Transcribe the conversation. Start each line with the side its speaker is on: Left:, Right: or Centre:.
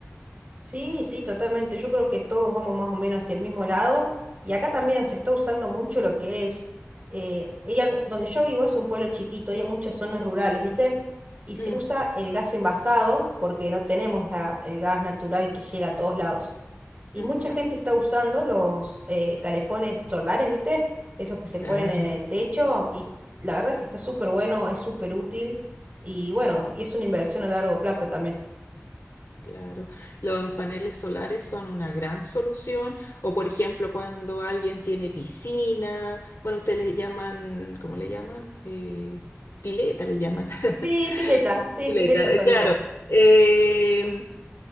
Right: Sí, sí, totalmente. Yo creo que todos vamos más o menos hacia el mismo lado. Y acá también se está usando mucho lo que es, eh, ella, donde yo vivo es un pueblo chiquito y hay muchas zonas rurales, ¿viste? Y se
Left: Mm,
Right: usa el gas envasado porque no tenemos la, el gas natural que llega a todos lados. Y
Left: ujú.
Right: mucha gente está usando los eh, calefones solares, ¿viste? Esos que se
Left: Claro,
Right: ponen en el techo y la verdad que está súper bueno, es súper útil y bueno, y es una inversión a largo plazo también.
Left: claro. Los paneles solares son una gran solución. O por ejemplo, cuando alguien tiene piscina, bueno, ustedes le llaman, ¿cómo le llaman? Eh, pileta le llaman. <laughs>
Right: Sí, pileta, sí,
Left: Pileta,
Right: pileta solita.
Left: eh, claro. eh,